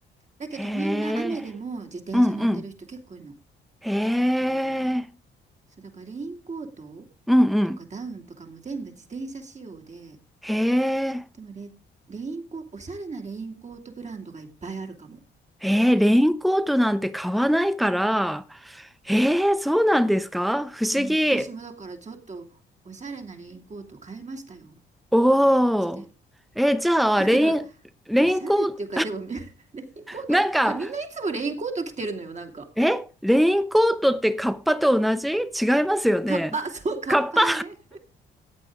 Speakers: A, on the right; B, in the centre.
A: だけどみんな雨でも自転車乗ってる人結構いるの。
B: へえ、うんうん。へえ、
A: あの、そうだからレインコート
B: うんうん。
A: とかダウンとかも全部自転車仕様で、
B: へえ、
A: でもレ、レインコ、おしゃれなレインコートブランドがいっぱいあるかも。
B: へレインコートなんて買わないから、へーそうなんですか不思議。
A: うん、私もだからちょっとおしゃれなレインコート買いましたよ、
B: おお、
A: こっちで。
B: えー、じゃあ、
A: だけど、
B: レイン、レインコート、
A: おしゃれっていうか、でもみ <laughs> レインコート、
B: なんか、
A: だからみんないつもレインコート着てるのよ、なんか。
B: えレインコートってカッパと同じ違いますよね。
A: カッパ、<laughs> そう、カッパだね。
B: カッパ、